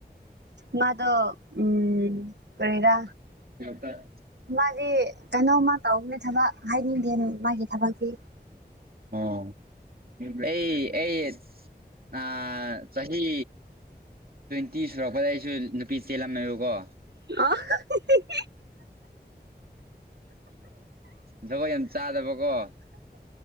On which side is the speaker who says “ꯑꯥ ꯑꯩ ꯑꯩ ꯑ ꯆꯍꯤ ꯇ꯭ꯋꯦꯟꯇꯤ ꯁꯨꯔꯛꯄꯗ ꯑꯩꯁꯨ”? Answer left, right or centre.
Right